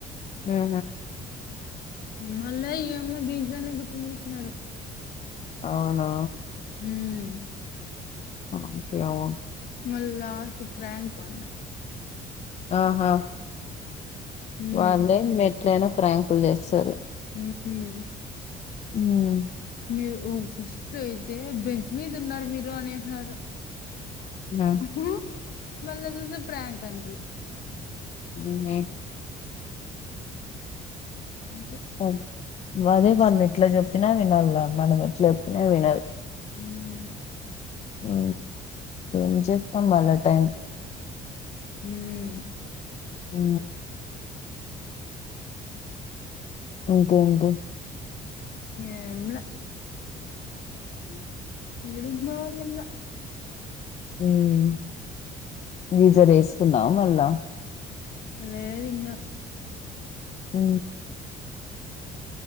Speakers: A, on the left (about 40°); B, on the left (about 60°).
A: ఊహు
B: మళ్ళా ఇమో దీంట్లోనే గుర్తుంపెన్నారు
A: అవునా
B: ఉం
A: ఆకె అవ
B: మళ్ళ లాస్ట్ ప్రాంక్ అంటడు
A: ఆహా
B: ఉమ్
A: వాళ్ళే మె ఎట్లయినా ప్రాంకుల్ చేస్తరు
B: మ్హ్
A: మ్
B: మీరు ఫస్ట్ అయితే బెంచ్ మీద ఉన్నారు మీరు అనేహ్నరు
A: ఆ
B: హ మళ్ళ దూసే ప్రయాంక్ అంట్రి
A: ఉంన
B: అంతే
A: అవును వదే వాళ్ళ్ ఎట్ల చెప్పినా వినాలి మనం ఎట్లా చెప్పినా వినాలి
B: హం
A: ఆ మ్ స్తంభాల టైం
B: మ్
A: ఉ ఇంకేంటి
B: ఎం లే
A: మ్
B: ఇవడుందలంద
A: మ్ గీజర్ వేసుకున్నా మళ్ళ దా
B: అ లేేది ఇంగ
A: మ్